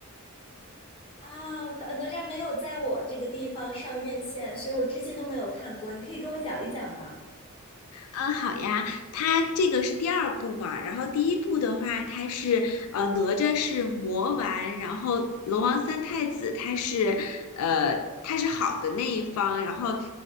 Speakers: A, on the left; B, on the left.
A: 啊，它哪吒没有在我这个地方上院线，所以我至今都没有看过。你可以给我讲一讲吗？
B: 嗯，好呀，它这个是第二部嘛，然后第一部的话，它是呃哪吒是魔丸，然后龙王三太子他是呃他是好的那一方，然后